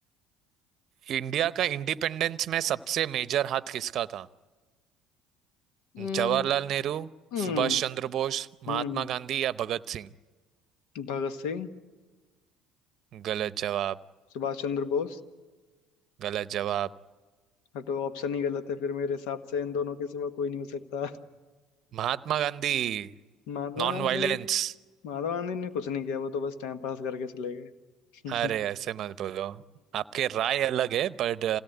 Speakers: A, on the right; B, on the left.
A: इंडिया का इंडिपेंडेंस में सबसे मेजर हाथ किसका था
B: हम्म
A: जवाहरलाल नेहरू
B: हम्म
A: सुभाष चंद्र बोस
B: हम्म,
A: महात्मा गांधी या भगत सिंह
B: भगत सिंह
A: गलत जवाब
B: सुभाष चंद्र बोस
A: गलत जवाब
B: हटो ऑप्शन ही गलत है फिर मेरे हिसाब से इन दोनों के सिवा कोई नहीं हो सकता <laughs>
A: महात्मा गांधी
B: महात्मा
A: Non
B: गांधी
A: violence
B: महात्मा गांधी ने कुछ नहीं किया वो तो बस टाइम पास करके चले गए
A: अरे
B: <laughs>
A: ऐसे मत बोलो आपके राय अलग है बट